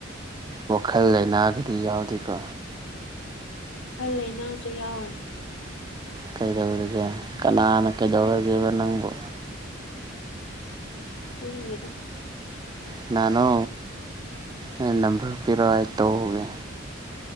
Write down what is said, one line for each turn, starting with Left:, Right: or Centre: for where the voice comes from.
Right: ꯋꯥꯈꯜ ꯂꯩꯅꯥꯒꯗꯤ ꯌꯥꯎꯗꯦꯀꯣ
Left: ꯋꯥꯈꯜ ꯂꯩꯅꯥꯁꯧ ꯌꯥꯎꯋꯦ
Right: ꯀꯩꯗꯧꯔꯒꯦ ꯀꯅꯥꯅ ꯀꯩꯗꯧꯔꯒꯦꯕ ꯅꯪꯕꯨ
Left: ꯈꯪꯗꯦꯗꯥ
Right: ꯀꯅꯥꯅꯣ ꯑꯩ ꯅꯝꯕꯔ ꯄꯤꯔꯛꯑꯣ ꯑꯩ ꯇꯧꯔꯨꯒꯦ